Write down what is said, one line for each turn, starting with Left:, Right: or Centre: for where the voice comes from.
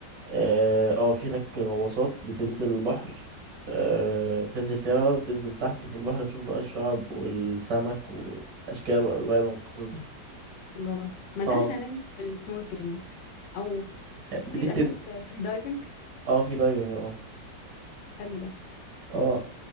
Right: اه آه، في هناك غواصات بتنزل البحر آه بتنزل فيها وتنزل تحت في البحر تشوف بقى الشعاب والسمك والأشكال والألوان والقصص دي
Left: الله ما
Right: اه
Left: ده احنا ننزل بالسنوركلينج او في
Right: دي
Left: بيبقى
Right: بتن
Left: هناك فري دايفنج
Right: اه في دايفنج اه
Left: حلو ده
Right: اه